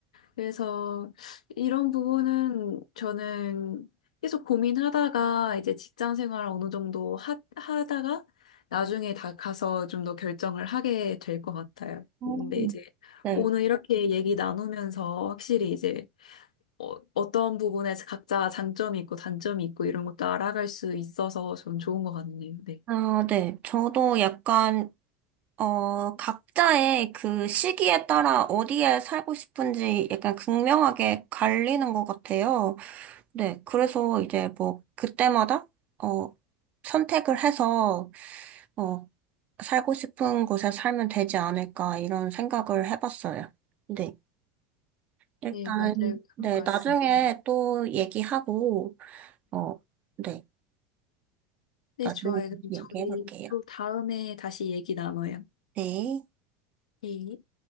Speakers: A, on the left; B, on the right.
A: 그래서 이런 부분은 저는 계속 고민하다가 이제 직장 생활을 어느 정도 하, 하다가 나중에 다 가서 좀 더 결정을 하게 될 것 같아요.
B: 어,
A: 근데 이제
B: 네.
A: 오늘 이렇게 얘기 나누면서 확실히 이제 어, 어떤 부분에서 각자 장점이 있고 단점이 있고 이런 것도 알아갈 수 있어서 좀 좋은 것 같네요. 네.
B: 아, 네. 저도 약간, 어, 각자의 그 시기에 따라 어디에 살고 싶은지 약간 극명하게 갈리는 것 같아요. 네, 그래서 이제 뭐 그때마다 어 선택을 해서 어 살고 싶은 곳에 살면 되지 않을까 이런 생각을 해봤어요. 네, 일단
A: 네, 맞아요. 그런
B: 네
A: 것
B: 나중에
A: 같습니다.
B: 또 얘기하고 어 네
A: 네,
B: 나중에
A: 좋아요.
B: 다시
A: 그럼
B: 얘기해볼게요.
A: 저희 또 다음에 다시 얘기 나눠요.
B: 네.
A: 네.